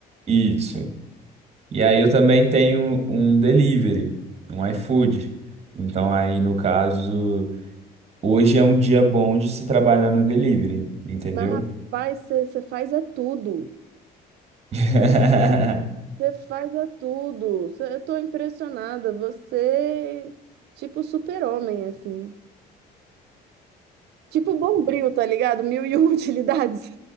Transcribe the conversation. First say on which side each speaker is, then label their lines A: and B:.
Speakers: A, on the right (about 40°); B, on the right (about 75°).
A: Isso. E aí eu também tenho um delivery, um iFood. Então aí, no caso, hoje é um dia bom de se trabalhar no delivery, entendeu?
B: Mas, rapaz, você faz é tudo.
A: <laughs>
B: Você faz é tudo. Cê- eu tô impressionada. Você, tipo, super-homem, assim. Tipo Bombril, tá ligado? Mil e uma <laughs> utilidades.